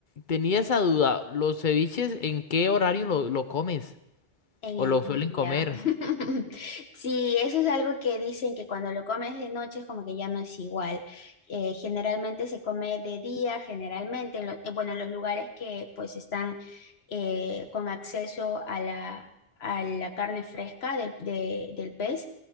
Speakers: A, on the left; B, on the left.
A: tenía esa duda, ¿los ceviches en qué horario lo, lo comes?
B: En
A: ¿O
B: el
A: lo suelen
B: día.
A: comer?
B: <laughs> Sí, eso es algo que dicen que cuando lo comes de noche es como que ya no es igual. Eh, generalmente se come de día, generalmente, en lo- eh, bueno, en los lugares que pues están eh, con acceso a la, a la carne fresca del, de- del pez,